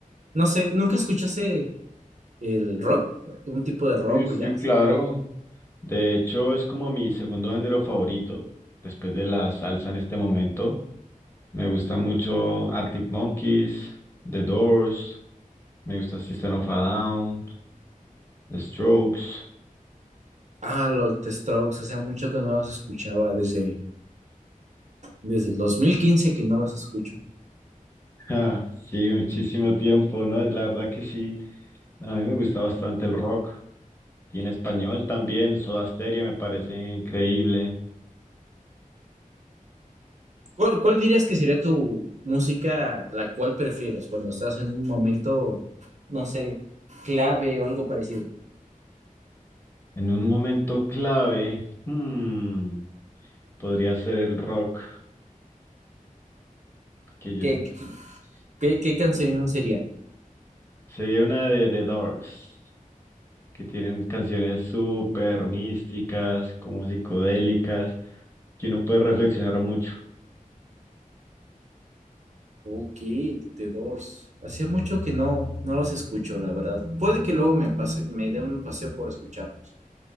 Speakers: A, on the right; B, on the left.
A: no sé, ¿nunca escuchaste el rock? ¿Un tipo de rock
B: sí, sí,
A: o jazz?
B: claro. De hecho, es como mi segundo género favorito, después de la salsa en este momento. Me gusta mucho Arctic Monkeys, The Doors, me gusta System of a Down, The Strokes.
A: Ah, los The Strokes, o sea, mucho que no los escuchaba desde Desde el 2015 que no los escucho.
B: Ah, sí, muchísimo tiempo, ¿no? La verdad que sí, a mí me gusta bastante el rock y en español también, Soda Stereo me parece increíble.
A: ¿Cuál, cuál dirías que sería tu música la cual prefieres cuando estás en un momento, no sé, clave o algo parecido?
B: En un momento clave, hmm, podría ser el rock, que yo
A: ¿Qué,
B: sent-
A: qué, qué- qué canción sería?
B: sería una de The Doors, que tienen canciones súper místicas, como psicodélicas, que uno puede reflexionar mucho.
A: Ok, The Doors. Hacía mucho que no, no los escucho, la verdad. Puede que luego me pase, me dé un paseo por escucharlos.